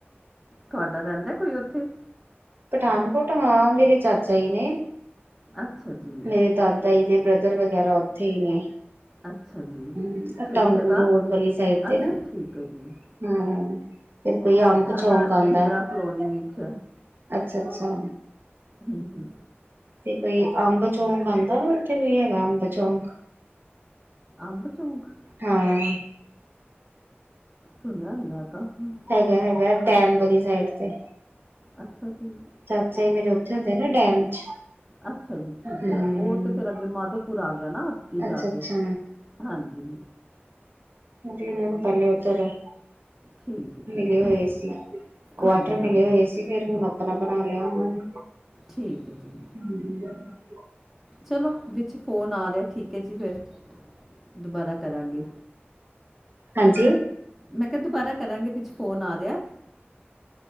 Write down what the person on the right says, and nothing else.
ਪਠਾਨਕੋਟ ਹਾਂ, ਮੇਰੇ ਚਾਚਾ ਜੀ ਨੇ।
ਮੇਰੇ ਦਾਦਾ ਜੀ ਦੇ ਬ੍ਰਦਰ ਵਗੈਰਾ ਉੱਥੇ ਈ ਨੇ।
ਹਮ ਅ
ਟਾਂਗੂ
ਰੋਡ ਵਾਲੀ ਸਾਈਡ ਤੇ
ਨਾ
ਹਮ ਫਿਰ ਕੋਈ ਅੰਬ
ਦਾ ਚੌਂਕ ਆਂਦਾ
ਏ।
ਅੱਛਾ-ਅੱਛਾ।
ਤੇ ਕੋਈ ਅੰਬ ਚੌਂਕ ਆਉਂਦਾ ਨਾ, ਉੱਥੇ ਕੋਈ ਹੈਗਾ ਅੰਬ ਚੌਂਕ।
ਹਾਂ।
ਹੈਗਾ-ਹੈਗਾ ਡੈਮ ਵਾਲੀ ਸਾਈਡ ਤੇ।
ਚਾਚਾ ਜੀ ਮੇਰੇ ਉੱਥੇ ਹੁੰਦੇ ਨਾ ਡੈਮ ਚ।
ਹਮ
ਅੱਛਾ
ਅੱਛਾ
<unintelligible>
ਮਿਲੇ
ਹੋਏ
ਸੀ, ਕੁਆਟਰ
ਮਿਲੇ ਹੋਏ ਸੀ। ਫੇਰ ਹੁਣ ਆਪਣਾ ਬਣਾ ਲਿਆ ਉਹਨਾਂ ਨੇ।
<unintelligible> <inaudible>
ਹਾਂਜੀ